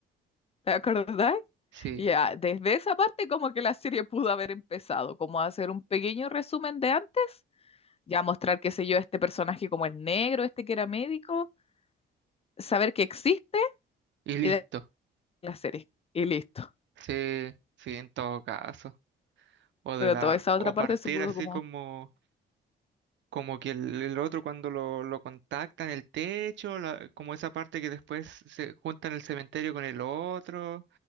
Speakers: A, on the left; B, on the right.
A: ¿te acordáis?
B: sí,
A: Ya, desde esa parte como que la serie pudo haber empezado, como a hacer un pequeño resumen de antes, ya mostrar, qué sé yo, este personaje como el negro, este que era médico, saber que existe
B: y listo.
A: y de la serie, y listo.
B: Sí, sí, en todo caso. O de
A: Pero
B: la,
A: toda esa
B: o
A: otra parte
B: partir
A: se pudo
B: así
A: como,
B: como Como que el, el otro cuando lo, lo contacta en el techo, la- como esa parte que después se junta en el cementerio con el otro,